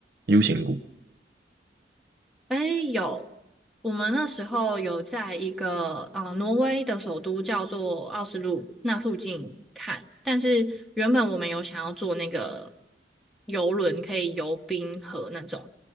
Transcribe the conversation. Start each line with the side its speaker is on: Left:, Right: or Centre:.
Right: U 型谷？
Centre: 哎，有，我们那时候有在一个呃挪威的首都叫做奥斯陆那附近看，但是原本我们有想要坐那个游轮，可以游冰河那种，